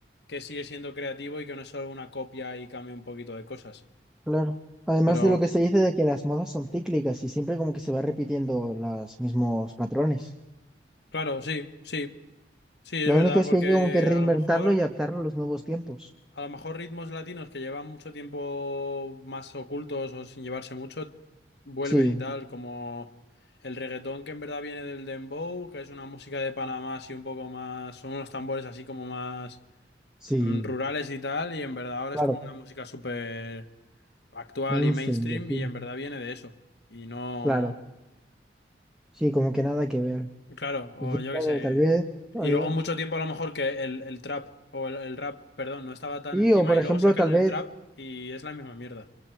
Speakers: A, on the left; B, in the centre.
A: que sigue siendo creativo y que no es solo una copia y cambie un poquito de cosas.
B: claro. Además
A: Pero,
B: de lo que se dice de que las modas son cíclicas y siempre como que se va repitiendo los mismos patrones.
A: claro, sí, sí, sí, es
B: Lo
A: verdad,
B: único es
A: porque
B: que hay que como que reinventarlo
A: a lo mejor...
B: y adaptarlo a los nuevos tiempos.
A: A lo mejor ritmos latinos que llevan mucho tiempo más ocultos o sin llevarse mucho, vuelven
B: Sí,
A: y tal, como el reggaetón que en verdad viene del dembow, que es una música de Panamá así un poco más, son unos tambores así como más
B: sí,
A: mm, rurales y tal, y en verdad ahora
B: claro.
A: es como una música súper actual
B: Mainstream,
A: y mainstream
B: yo digo.
A: y en verdad viene de eso. Y no,
B: Claro. Sí, como que nada que ver.
A: claro, o
B: Y quién
A: yo
B: sabe,
A: qué sé.
B: tal vez. algo-
A: Y luego mucho tiempo a lo mejor que el, el trap o el, el rap, perdón, no estaba tan
B: Sí,
A: encima
B: o por
A: y
B: ejemplo,
A: luego sacan
B: tal vez.
A: el trap y es la misma mierda.